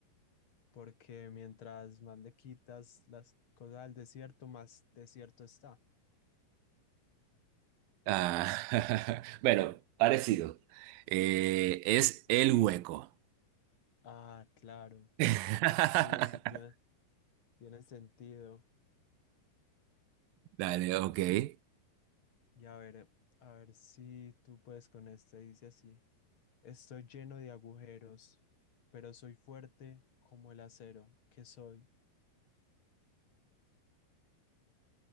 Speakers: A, on the left; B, on the right.
A: porque mientras más le quitas las cosas al desierto, más desierto está.
B: Ah, <laughs> bueno, parecido. Eh, es el hueco.
A: Ah, claro.
B: <laughs>
A: Sí, sí, tiene, tiene sentido.
B: Dale, ok.
A: Y a ver, a ver si tú puedes con este. Dice así. Estoy lleno de agujeros, pero soy fuerte como el acero que soy.